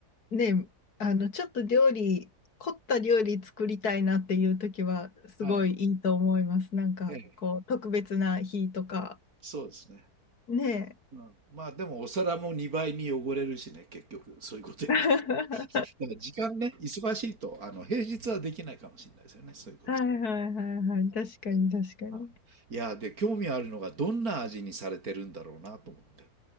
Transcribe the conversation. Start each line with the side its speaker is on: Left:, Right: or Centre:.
Left: ね、あの、ちょっと料理、凝った料理作りたいなっていう時は、すごいいいと思います。
Right: はい、
Left: なんか、
Right: ええ、
Left: こう、特別な日とか、
Right: そうですね。
Left: ね
Right: うん、まあでもお皿も2倍に汚れるしね、結局そういうことやると。
Left: え。<laughs>
Right: だから時間ね、忙しいと、あの平日はできないかもしれないですよね、そういうことは。
Left: はいはいはいはい。確かに確かに。
Right: あいや、で、興味あるのが、どんな味にされてるんだろうなと思って。